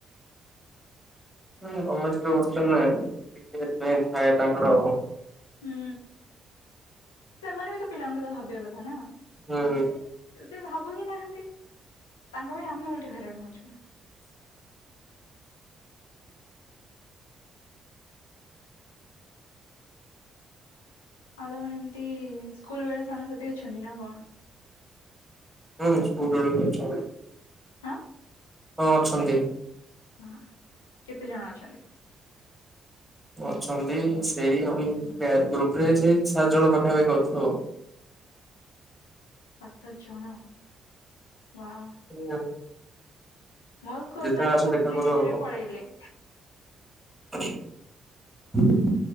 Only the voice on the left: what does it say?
ହୁଁ ସେମାନେ ବି ତ ପିଲାଙ୍କ କଥା ଭାବିବା କଥା ନା।
ସେ ସେ ଭାବୁ ହିଁ ନାହାନ୍ତି ତାଙ୍କ ପାଇଁ ଆମେ ଓଲିଟି ହଇରାଣ ହଉଛୁ। ଆଉ ତମମାନେ ଏମିତି ସ୍କୁଲ ବେଳେ ସାଙ୍ଗସାଥି ଅଛନ୍ତି ନା କଣ।
ଆଁ
ଓହୋ କେତେ ଜଣ ଅଛନ୍ତି?
ସାତ ଜଣ ୱାଉ।
ମୋ ସ୍କୁଲ
ସାଙ୍ଗ
ସବୁ
ଧୀରେ
ଧୀରେ ପଳେଇଲେ।